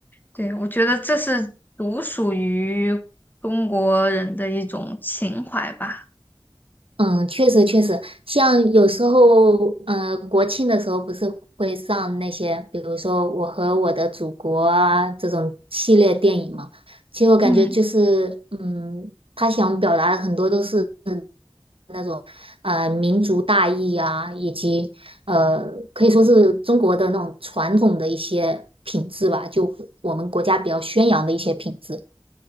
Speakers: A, on the left (about 20°); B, on the right (about 80°).
A: 对，我觉得这是独属于中国人的一种情怀吧。
B: 嗯，确实确实，像有时候，嗯，国庆的时候不是会上那些，比如说《我和我的祖国》啊这种系列电影嘛。其实我感觉就是，
A: 嗯。
B: 嗯，他想表达的很多都是那种，呃，民族大义啊，以及呃，可以说是中国的那种传统的一些品质吧，就我们国家比较宣扬的一些品质。